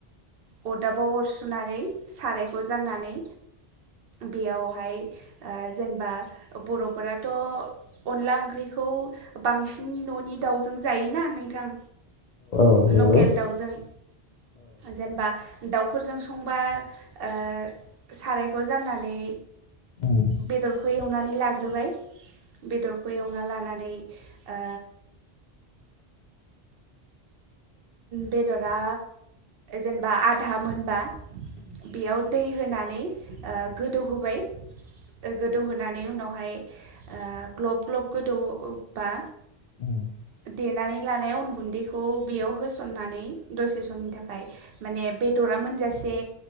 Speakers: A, on the right (about 65°); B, on the left (about 55°).
A: अरदाबाव अर सुनानै सारायखौ जाननानै बेयावहाय ओ जेनबा बर'फोराथ' अनला ओंख्रि खौ बांसिन न'नि दाउजों जायोना नोंथां
B: औ नंगौ
A: लकेल दाउजों जेनबा दाउफोरजों संबा ओ सारायखौ जान्नानै
B: औ
A: बेदरखौ एव नानै लाग्रोबाय बेदरखौ एवना लानानै ओ बेदरा जेनबा आधा मोनबा बेयाव दै होनानै ओ गोदौहोबाय गोदौहोनानै उनावहाय ओ ग्लब ग्लब गोदौबा
B: <inaudible>
A: देनानै लानाय अन गुन्दैखौ बेयाव होसननानै दसे समनि थाखाय माने बे दरा मोनजासे